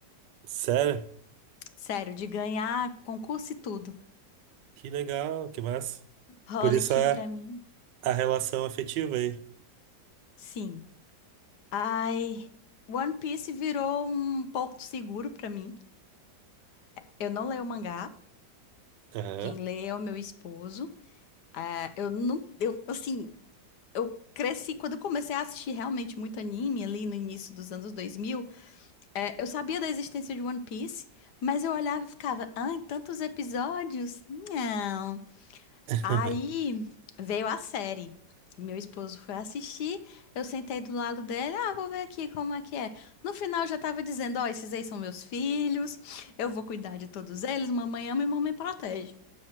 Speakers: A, on the right (about 80°); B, on the left (about 70°).
A: Sério?
B: Sério, de ganhar concurso e tudo.
A: Que legal, que massa.
B: Holic
A: Por isso a
B: pra mim,
A: A relação afetiva aí.
B: sim. Ai, One Piece virou um porto seguro pra mim. Eu não leio o mangá,
A: Aham.
B: quem lê é o meu esposo. Ah, eu não, eu assim, eu cresci quando eu comecei a assistir realmente muito anime ali no início dos anos 2000. eh, eu sabia da existência de One Piece, mas eu olhava e ficava, ai, tantos episódios? Não.
A: <laughs>
B: Aí veio a série. Meu esposo foi assistir, eu sentei do lado dele, ah, vou ver aqui como é que é. No final já tava dizendo, ó, esses aí são meus filhos, eu vou cuidar de todos eles, mamãe ama e mamãe protege.